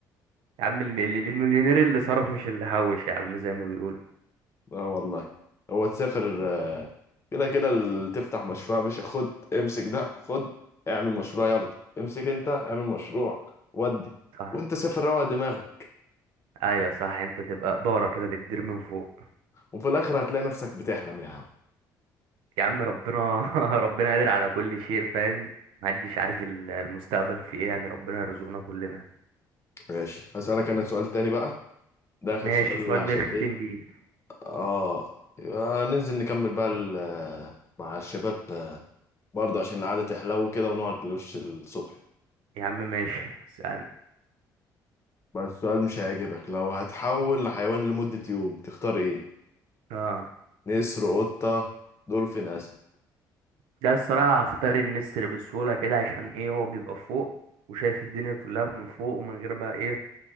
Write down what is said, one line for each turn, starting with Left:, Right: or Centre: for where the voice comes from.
Right: يا عم الم- ال- المليونير اللي صرف مش اللي هوش يا عم زي ما بيقولوا
Left: اه والله هو تسافر آه، كده كده ال- تفتح مشروع يا باشا خد امسك ده خد اعمل مشروع يلا امسك انت اعمل مشروع ودي
Right: صح
Left: وانت سافر روق دماغك
Right: ايوه صح انت تبقى دارة كده بتدير من فوق
Left: وفي الاخر هتلاقي نفسك بتحلم يا عم
Right: يا عم ربنا <laughs> ربنا قادر على كل شيء فاهم محدش عارف ال- المستقبل في ايه يعني ربنا يرزقنا كلنا
Left: ماشي هسألك انا سؤال تاني بقى ده اخر
Right: ماشي
Left: سؤال
Right: سؤال
Left: عشان
Right: نختم
Left: ايه
Right: بيه
Left: اه يبقى ننزل نكمل بقى ال- مع الشباب آه، برضه عشان القعدة تحلو كده ونقعد لوش الصبح
Right: يا عم ماشي اسألني
Left: بس السؤال مش هيعجبك لو هتحول لحيوان لمدة يوم تختار ايه
Right: اه
Left: نسر قطة دولفين أسد
Right: ده الصراحة هختار النسر بسهولة كده عشان ايه هو بيبقى فوق وشايف الدنيا كلها من فوق ومن غير بقى ايه